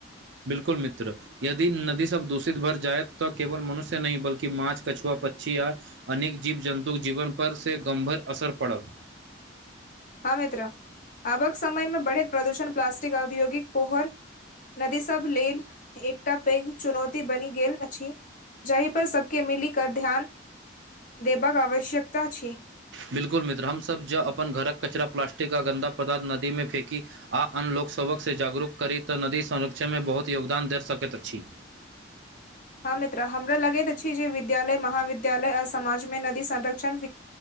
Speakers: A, on the right; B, on the left.
A: बिल्कुल मित्र। यदि नदी सब दूषित भर जायत तऽ केवल मनुष्य नहि बल्कि माछ, कछुआ, पक्षी या। अनेक जीव-जन्तुक जीवन पर से गम्भीर असर पड़त।
B: हँ मित्र, आबक समय में बढ़ैत प्रदूषण प्लाास्टिक, औद्योगिक पोहर। नदी सब लेल एकटा पैघ चुनौती बनि गेल अछि। जहि पर सबके मिली कऽ ध्यान देबाक आवश्यकता छै।
A: बिल्कुल मित्र, हम-सब जऽ अपन घरक कचरा, प्लास्टिक का गन्दा पदार्थ नदी में फेकी। आ अन्य लोकसभकसँ जागरूक करी तऽ नदी संरक्षण में बहुत योगदान दे सकैत अछि।
B: हँ मित्र, हमरा लगैत अछि जे विद्यालय, महाविद्यालय आ समाज में नदी संरक्षण।